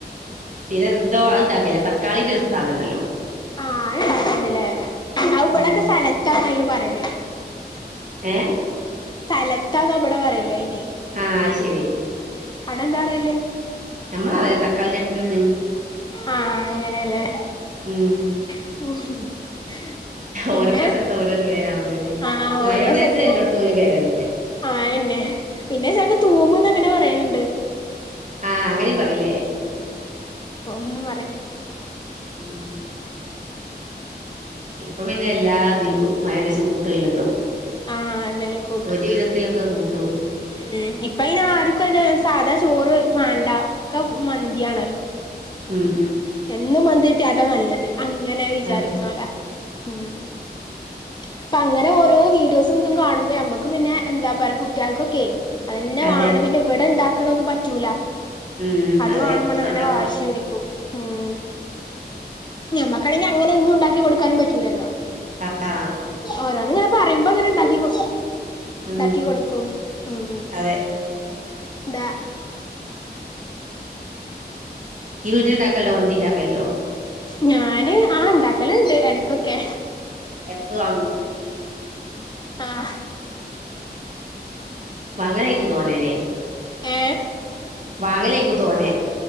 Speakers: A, on the right; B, on the left.
A: ഇത് എന്തോ അതുണ്ടാക്കില്ലേ തക്കളിന്റെ ഒരു സാധനം ഉണ്ടല്ലോ
B: ആ അത് ഇണ്ടാക്കലുണ്ട് ഇല്ലേ ആ ഇവിടെക്കെ
A: ഉം
B: സലത്താന്നാ യലും. പറയല്
A: ഏഹ്
B: സൈലത്താന്ന് ഇവിടെ പറയില് അയിന്
A: ആ അത് ശരി.
B: അവിടെന്താ പറയല്.
A: നമ്മള് അവിടെ തക്കാളി ചട്നിന്ന്.
B: ആ അങ്ങനെയല്ലേ.
A: ഉം.
B: <inaudible> പിന്നെ
A: ഓരോ സ്ഥലത്ത് ഓരോരോ പേരാണല്ലോല്ലേ
B: ആ
A: മയോണൈസ്
B: ഓരോ സ്ഥലത്തും
A: എല്ലോടത്തും ഒരു പേരന്നെ
B: ആ അയന്നെ പിന്നെ ചെലപ്പോ തൂ മെന്ന് അങ്ങനെ പറയുന്നുണ്ട്.
A: ആഹ് അങ്ങനെയും. പറയിലെ
B: <unintelligible> പറയും
A: ഉം ഇപ്പൊ പിന്നെ എല്ലാ ഇതിലും മയോണൈസ് കൂട്ടുഇല്ലല്ലോ
B: ആഹ് അതെന്നെ കൂട്ടും
A: ഒരു വിധത്തിലൊക്കെ കൂട്ടൂ
B: ഉം ഇപ്പ അയിന് ആർക്കും സാധാ ചോറ് വേണ്ട ഒക്കെ മന്തിയാണല്ലോ.
A: ഉം.
B: എന്നും മന്തി. കിട്ടിയാ അതാ നല്ലത് അങ്ങനെ വിചാരിക്കണവല്ലോ
A: അതെ
B: ഉം. അപ്പം അങ്ങനെ ഓരോ വീഡിയോസ് എന്നും കാണുമ്പോ ന മ്മക്ക് പിന്നെ എന്താ പറയാ കുട്ടികൾക്കൊക്കെയെ. അതന്നെ
A: അതെ
B: വാണം പിന്നെ ഇവിടെ ഇ ണ്ടാക്ക ക്കണതൊന്നും പറ്റൂല
A: ഉം
B: അത്
A: അതെ
B: വാണമെന്ന് അങ്ങനെ
A: ഉണ്ടാക്കണ
B: വാശി പിടിക്കും ഉം. ഞമ്മക്കാണെങ്കിൽ അങ്ങനെ എന്നും ഉണ്ടാക്കി കൊടുക്കാനും പറ്റൂലല്ലോ
A: ആഹ്.
B: ഓരോന്നിങ്ങനെ പറയുമ്പോ ഇ ങ്ങനെ ഉണ്ടാക്കി കൊടു. ഉണ്ടാക്കി
A: ഉം
B: കൊടുക്കും ഉം ഉം.
A: അതെ
B: ദാ
A: ഈ വീട്ടിലുണ്ടാക്കല് മന്തി ഉണ്ടാക്കലൊണ്ടോ
B: ഞാന് ആ ഉണ്ടാക്കലുണ്ട് എടക്കൊക്കെ.
A: എടക്ക് വാങ്ങു
B: ആഹ്
A: വാങ്ങാൻ ഇരിക്കും തോന്നല്ല്.
B: ഏ
A: വാങ്ങലേക്കും തോനെ